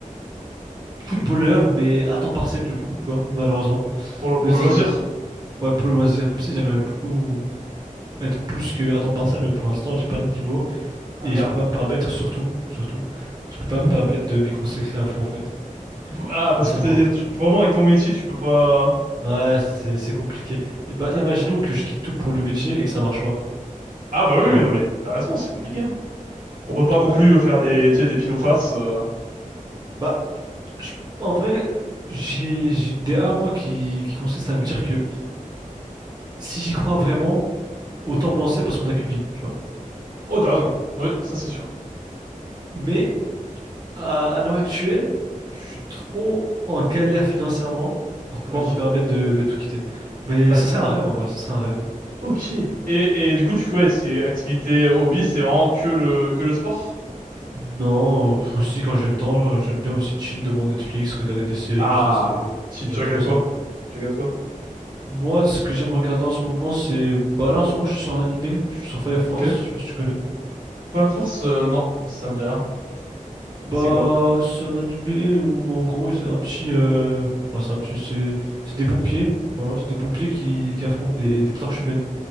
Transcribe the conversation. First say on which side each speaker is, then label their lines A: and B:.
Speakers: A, on the right; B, on the right.
A: footballeur, mais à temps partiel, du coup, tu vois, malheureusement.
B: Pour le, pour
A: Même
B: le
A: si
B: loisir.
A: j'aimerais, ouais, pour le loisir, même si j'aimerais beaucoup. être plus que à temps partiel, mais pour l'instant, j'ai pas le niveau
B: Ah,
A: et
B: merde.
A: je peux pas me permettre, surtout, surtout, je peux pas
B: Mhm.
A: me permettre de m'y consacrer à fond en fait.
B: Bou- Ah, parce
A: C'est ça
B: que t'as-
A: le problème.
B: tu- vraiment, avec ton métier, tu peux pas...
A: Ouais, c'est c'est compliqué. Et bah,
B: D'accord.
A: imaginons que je quitte tout pour le métier et que ça marche pas.
B: Ah, bah oui,
A: Bon,
B: oui, non, mais t'as raison, c'est compliqué, hein. On peut pas non
A: euh,
B: plus
A: ouais.
B: faire des, tu sais, des pile ou face, euh,
A: Bah, je- en vrai, j'ai j'ai une DA moi qui qui consiste à me dire que si j'y crois vraiment, autant me lancer parce qu'on n'a qu'une vie, tu vois.
B: Oh, t'as raison. Oui, ça c'est sûr.
A: Mais À, à l'heure actuelle, je suis trop en galère financièrement pour pouvoir
B: Ok,
A: me permettre de tout quitter. Mais
B: d'accord.
A: ce serait un rêve en vrai, ce serait un rêve.
B: Ok. Et, et du coup, tu ouais, c'est activité hobby, c'est vraiment que le que le sport?
A: Non, euh, aussi quand j'ai le temps, euh, j'aime bien aussi chill devant Netflix, regarder des séries,
B: Ah,
A: tout ça, c'est
B: tu,
A: j'aime
B: tu regardes
A: trop ça
B: quoi?
A: moi.
B: Tu regardes quoi?
A: Moi, ce que j'aime regarder en ce moment, c'est bah là en ce moment, je suis sur un animé, je suis sur Fire Force,
B: Ok.
A: je sais pas si tu connais.
B: Fire Force, euh, non, ça me dit rien.
A: Bah,
B: C'est quoi?
A: c'est un animé où en gros, c'est un petit euh, enfin, c'est un petit c'est c'est des pompiers, voilà, c'est des pompiers qui qui affrontent des des torches humaines.